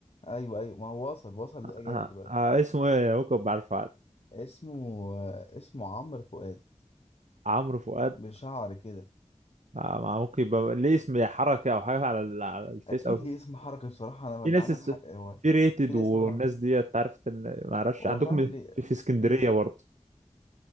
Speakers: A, on the left; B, on the right.
A: ايوه ايوه ما هو وصل وصل
B: آه.
A: ده جامد
B: آه.
A: دلوقتي
B: آه، اسمه ايه ممكن بعرفه عاد
A: اسمه آه، اسمه عمرو فؤاد
B: عمرو فؤاد
A: بشعر كده
B: ما- ما ممكن يبقى ليه اسم حركة أو حاجة على ال- على الفيس
A: اكيد
B: أو كده.
A: ليه اسم حركي بصراحه انا ما
B: في
A: انت
B: ناس
A: عندك
B: اس-
A: حق هو
B: في ريتد
A: في ليه
B: والناس
A: اسم حركي
B: دي تعرف إن ما أعرفش
A: هو
B: عندكم
A: فعلا ليه
B: في في اسكندرية
A: ليه اسم
B: برضه